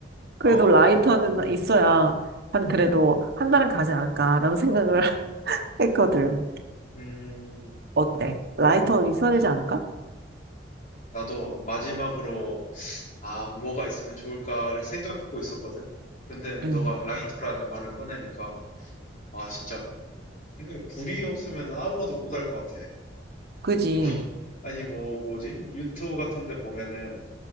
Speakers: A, on the right; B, on the left.
A: 그래도
B: 어,
A: 라이터는 있어야, 한 그래도 한 달은 가지 않을까라는 생각을 <laughs> 했거든.
B: 음,
A: 어때? 라이터는 있어야
B: 아,
A: 되지 않을까?
B: 나도 마지막으로 아, 뭐가 있으면 좋을까를 생각하고 있었거든? 근데 너가
A: 응,
B: 라이터라는 말을 꺼내니까 아, 진짜 생각에 불이 없으면 아무것도 못할 것 같아.
A: 그지.
B: 뭐, 아니 뭐 뭐지? 유튜브 같은 데 보면은